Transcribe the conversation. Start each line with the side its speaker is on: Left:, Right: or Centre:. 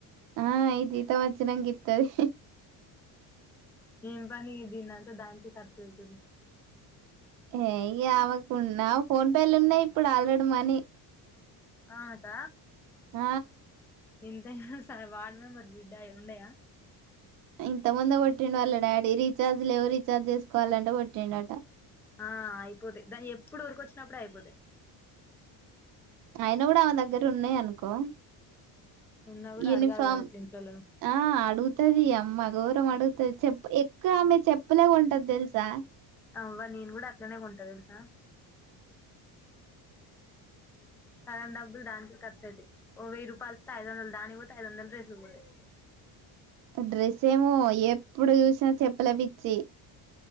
Right: ఆ ఈ జీతం వచ్చినాక ఇతది
Centre: ఉ పదవి దిగినక దానికే ఖర్చు ఉంటాది
Right: ఏ ఆవకు ఉన్నా ఫోన్ పే లో ఉన్నాయి ఇప్పుడు ఆల్రెడీ మనీ
Centre: ఆ ఆక
Right: ఆ
Centre: ఇంత సర వార్డ్ మెంబర్ బిడ్డయి ఉండయా
Right: ఇంత ముంద కోటిండు వాళ్ళ డాడీ రీచార్జ్ లేవు రీఛార్జ్ చేసుకోవాలంటే కోటిండు అట
Centre: ఆ అయిపోతయి దాన్ని ఎప్పుడు ఊరిక వచ్చినప్పుడే అయిపోతయి
Right: ఆయన కూడా ఆమె దగ్గర ఉన్నాయి అనుకో
Centre: ఉన్నా కూడా
Right: యూనిఫామ్
Centre: అడగాలి కదా అట్లా ఇంట్లోలను
Right: ఆ అడుగుతది అమ్మ ఘోరం అడుగుతుది చెప్పు ఎక్కువ ఆమె చెప్ ఉప్పలే ఉంటది తెల్సా
Centre: అవ్వవా నేను కూడా అట్లనే కొంటా తెలుసా సగం డబ్బులు దానికి ఖర్చు అతయి, ఓ వెయ్యి రూపాయలతే ఐదు వందలు దానికి పోతే ఐదు వందలు రడ్రేస్ పోతాయి.
Right: డ్రెస్ ఏమో ఎప్పుడు చూసినా చెప్పలే పిచ్చి